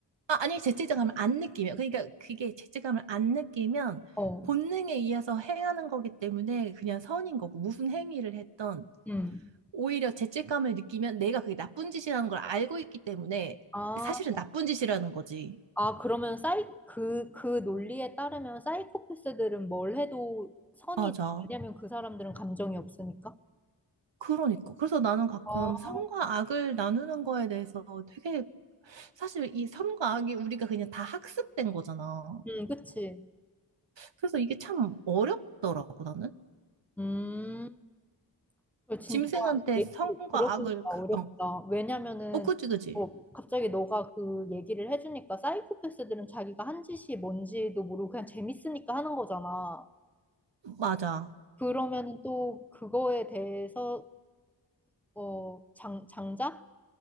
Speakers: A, on the right; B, in the centre.
A: 아, 아니, 죄책감을 안 느끼면. 그러니까 그게 죄책감을 안 느끼면
B: 어,
A: 본능에 의해서 행하는 거기 때문에 그냥 선인 거고, 무슨 행위를 했던
B: 음.
A: 오히려 죄책감을 느끼면 내가 그게 나쁜 짓이라는 걸 알고 있기 때문에
B: 아,
A: 사실은 나쁜 짓이라는 거지.
B: 아 그러면 사이 그, 그 논리에 따르면 사이코패스들은 뭘 해도 선이
A: 맞아.
B: 돼. 왜냐면 그 사람들은 감정이 없으니까.
A: 그러니까. 그래서 나는 가끔
B: 아,
A: 선과 악을 나누는 거에 대해서 되게 사실 이 선과 악이 우리가 그냥 다 학습된 거잖아.
B: 음, 그치.
A: 그래서 이게 참 어렵더라고, 나는.
B: 음. 그 진짜
A: 짐승한테
B: 얘기
A: 선과
B: 들어보니까
A: 악을, 가-
B: 어렵다.
A: 어,
B: 왜냐면은
A: 어, 그지, 그지.
B: 어, 갑자기 너가 그 얘기를 해주니까 사이코패스들은 자기가 한 짓이 뭔지도 모르고 그냥 재밌으니까 하는 거잖아.
A: 맞아.
B: 그러면은 또 그거에 대해서 어, 장, 장작?